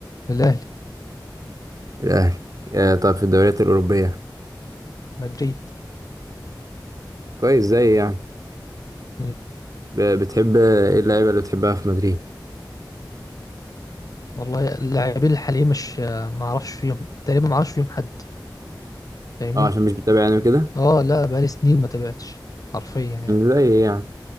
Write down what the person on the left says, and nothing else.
الأهلي
مدريد
مم.
والله اللاعبين الحاليين مش ما أعرفش فيهم تقريبا ما أعرفش فيهم حد فاهمني
أه لا بقالي سنين ما تابعتش حرفيا يعني